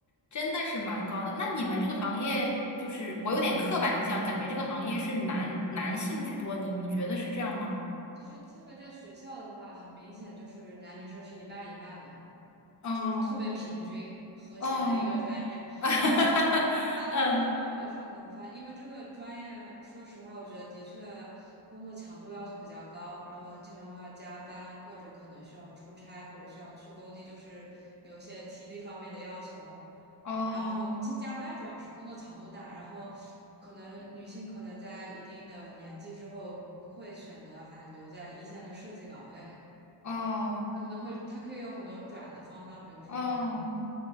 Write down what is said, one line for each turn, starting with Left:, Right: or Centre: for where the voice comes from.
Left: 真的是蛮高的。那你们这个行业就是我有点刻板印象，感觉这个行业是男男性居多，你你觉得是这样吗？
Right: 就是特别在学校的话，很明显就是男女生是一半一半的，
Left: 哦
Right: 就是特别平均和谐的一个专业。
Left: 哦。<laughs> 哈哈哈，
Right: 你到了工作岗位上，
Left: 嗯，
Right: 可能发现因为这个专业，说实话，我觉得的确工作强度要求比较高，然后经常会要加班，或者可能需要出差，或者需要去工地，就是有一些体力方面的要求。
Left: 哦，
Right: 然后进加班主要是工作强度大，然后可能女性可能在一定的年纪之后不会选择还留在一线的设计岗位，
Left: 哦，
Right: 它可能会，它可以有很多转的方向，比如说可能
Left: 哦，